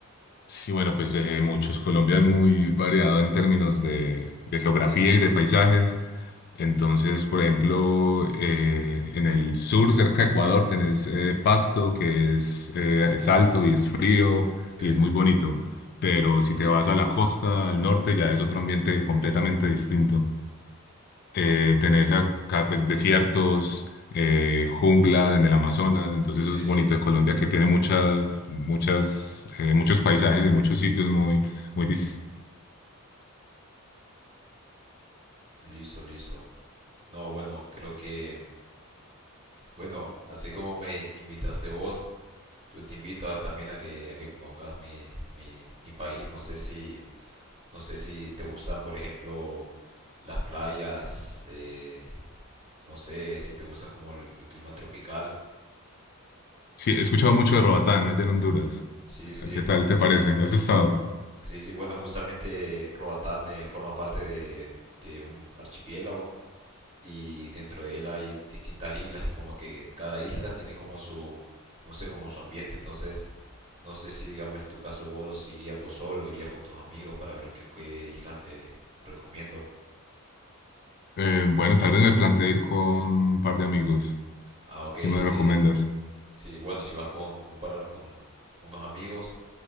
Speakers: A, on the left; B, on the right.
A: Sí, bueno, pues de muchos. Colombia es muy variado en términos de, de geografía y de paisajes. Entonces, por ejemplo, eh, en el sur, cerca de Ecuador, tenés eh, Pasto, que es, eh, es alto y es frío
B: Sí,
A: y es muy bonito. Pero si te vas a la costa, al norte, ya es otro ambiente completamente distinto eh, tenés acá pues desiertos, eh, jungla en el Amazonas, entonces
B: sí,
A: eso es
B: sí.
A: bonito de Colombia que tiene muchas, muchas, eh, muchos paisajes y muchos sitios muy, muy distintos.
B: Listo, listo. No, bueno, creo que, bueno, así como me invitaste vos, yo te invito a- también a que, a que conozcas mi, mi, mi país. No sé si, no sé si te gustan, por ejemplo, las playas, eh, no sé si te gusta como el, el clima tropical.
A: Sí, he escuchado mucho de Roatán allá en Honduras.
B: Sí, sí,
A: ¿Qué tal te parece? ¿Has estado?
B: sí, sí. Bueno, justamente Roatán eh, forma parte de, de un archipiélago. y dentro de él hay distintas islas y como que cada isla tiene como su, no sé, como su ambiente. Entonces, no sé si digamos en tu caso vos irías vos solo, irías con tus amigos para ver qué, qué isla te recomiendo.
A: Eh, bueno, tal vez me planteé ir con un par de amigos.
B: Ah, ok,
A: ¿Qué me
B: sí,
A: recomiendas?
B: sí, bueno, si vas con un par, con unos amigos,